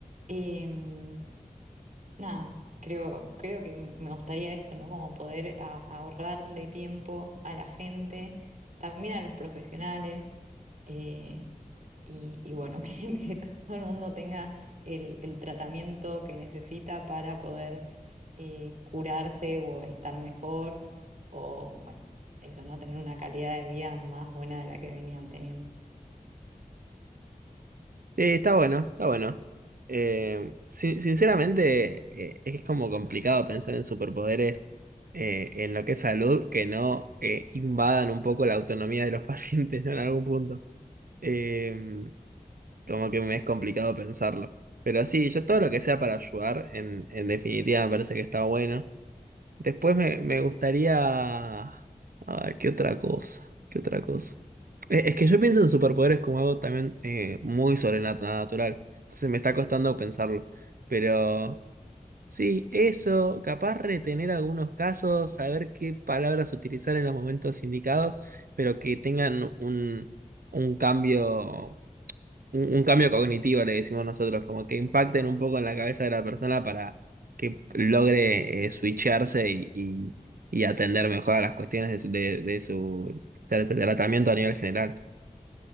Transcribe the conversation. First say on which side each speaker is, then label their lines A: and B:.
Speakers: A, on the right; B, on the right.
A: Em, nada, creo, creo que me gustaría eso, ¿no? Como poder a- ahorrarle tiempo a la gente, también a los profesionales, eh, y, y bueno, <laughs> que, que todo el mundo tenga el, el tratamiento que necesita para poder eh, curarse o estar mejor, o bueno, eso, ¿no? Tener una calidad de vida más buena de la que venían teniendo.
B: Sí, está bueno, está bueno. Eh, sin- sinceramente, eh, es como complicado pensar en superpoderes eh, en lo que es salud que no eh, invadan un poco la autonomía de los <laughs> pacientes, ¿no? En algún punto. Eh, como que me es complicado pensarlo. Pero sí, yo todo lo que sea para ayudar, en, en definitiva, me parece que está bueno. Después me, me gustaría... Ah, ¿qué otra cosa? ¿Qué otra cosa? Eh, Es que yo pienso en superpoderes como algo también eh, muy sobrenatural. Entonces me está costando pensarlo. Pero sí, eso, capaz retener algunos casos, saber qué palabras utilizar en los momentos indicados, pero que tengan un, un cambio un, un cambio cognitivo, le decimos nosotros, como que impacten un poco en la cabeza de la persona para que logre eh, switcharse y, y- y atender mejor a las cuestiones de, de- de su tra- tratamiento a nivel general.